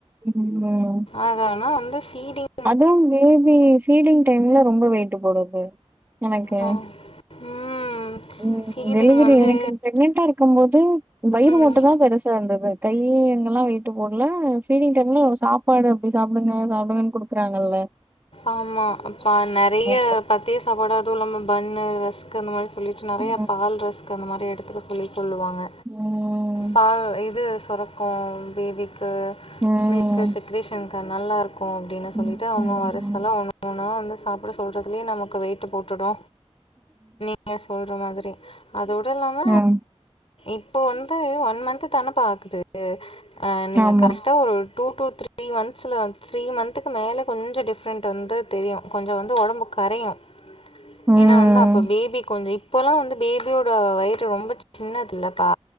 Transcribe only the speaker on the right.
ம்
அதா பேபி ஃபீடிங் டைம்ல ரொம்ப வெயிட்டு போடுது எனக்கு
ம்
டெலிவரி
எனக்கு பிரக்னன்ட்டா இருக்கும் போது வயிறு
மட்டு தா பெருசா இருந்தது கை அங்கல்லா வெயிட்டு போடல ஃபீடிங் டைம்ல சாப்பாடு அப்டி சாப்டுங்க சாப்டுங்கன்னு குடு க்றாங்கல்ல
போச்சு
ம்
ம்
ம்
ம்
ம்
ஆமா.
ம்